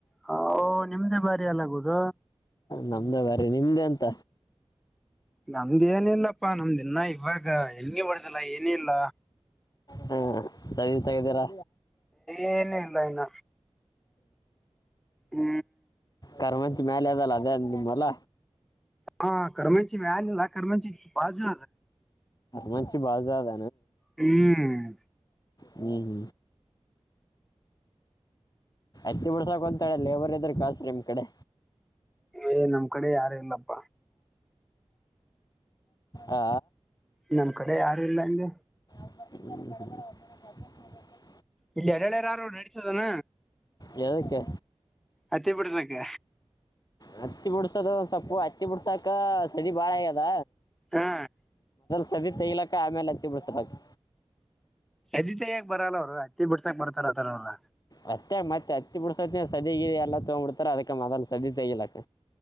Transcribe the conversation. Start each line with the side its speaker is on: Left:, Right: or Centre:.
Centre: ಹ ನಿಮ್ದೇ ಬಾರಿ ಎಲ್ಲಾಗೋುದ
Left: ನಮ್ದೇ ಬ್ರ ನಿಮ್ದೇ ಎಂತ
Centre: ನಮ್ದ ಏನ ಇಿಲ್ಲಪ್ಪಾ ನಮ್ದ ಇನ್ನ ಇವಾಗ ಹೆಂಗೆ ಮಾಡ್ದಿಲ್ಲ ಏನ ಇಲ್ಲ
Left: ಹಾ ಸರಿ ತಗಿದ್ದೀರಾ
Centre: ಏನ ಇಲ್ಲ ಇನ್ನ ಹ್ಮ
Left: ಕರ್ಮಂಚಿ ಮೇಲೆ ಅದಲ್ಲ ಅದೇ ಅ ನಿಮ್ಮಲ್ಲ
Centre: ಹಾ ಕಮಚಿ ಮ ಆ ಕಮಚಿ ಬಾಜು
Left: ಮಂಿ ಬಾ ಜಾದ
Centre: ಹ್ಮ್
Left: ಹ್ಮಞ ಹ್ಮ ತ್ತ ಬಿಡ್ಸಕೊಂತಾಳೆ ಲೇಬರ್ ಇದದ್ರ ಕಾಸ್ರಿ ನಿಮ್ ಕಡೆ
Centre: ಏ ನಮ್ ಕಡೆ ಯಾರ ಇಲ್ಲಪ್ಪ
Left: ಆ
Centre: ನಮ ಕಡೆ ಯಾರು ಇಲ್ಲಂದ
Left: <inaudible> <inaudible> <inaudible>
Centre: ಇಲ್ಲಿ ಎರಳೆಾರಾರು ನಡೆತದಾನ
Left: ಯದಕ್ಕೆ
Centre: ಅತ್ತೆ ಬಿಡುದಕ್ಕೆ
Left: ಹತ್ತಿ ಬಿಡ್ಸೋದು ಒ ಸೊಪ್ಪು ಹತ್ತಿ ಬಿಡ್ಸಾಕ ಸದ ಬಾಳ ಆ್ಯದ
Centre: ಹಾ
Left: ಸದ ತೈಲಕ್ಕೆ ಆಮೇಲೆ ಹತ್ತಿ ಬಿಳಿಸಬೇಕು
Centre: ಅದಿತೆ ಯಕ ಬರಲ್ಲ ಅವ್ರು ಹತ್ತೆ ಬಿಡ್ಸಾಕ್ ಬರ್ತಾರ ಆತರವಲ್ಲ
Left: ಮತ್ತೆ ಮತ್ತೆ ಅತ್ತಿ ಬಿಡ್ಸತ್ತನ ಸದಗ ಎಲ್ಲಾ ತಗ್ಬ ಬಿಡ್ತಾರ ಅದಕ ಮ ಅದ ಸದಿ ತೆಗಿಲಕ್ಕ